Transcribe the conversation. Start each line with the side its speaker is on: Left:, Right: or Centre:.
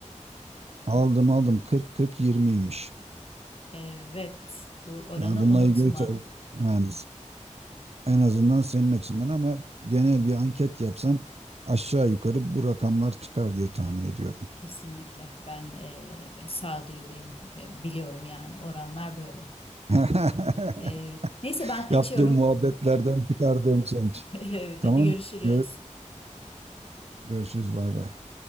Right: Aldım aldım 40 40 yirmiymiş
Left: Evet bu oranı
Right: Yani bununla
Left: unutma.
Right: ilgili tabii yani En azından senin açından ama genel bir anket yapsam aşağı yukarı bu rakamlar çıkar diye tahmin ediyorum.
Left: Kesinlikle ben e, sağduyuluyum E, biliyorum yani oranlar böyle.
Right: <laughs>
Left: Evet. Neyse ben kaçıyorum.
Right: Yaptığım muhabbetlerden
Left: Evet. <laughs>
Right: çıkardığım sonuç.
Left: Evet,
Right: Tamam.
Left: hadi görüşürüz.
Right: Gör- görüşürüz. Bay bay.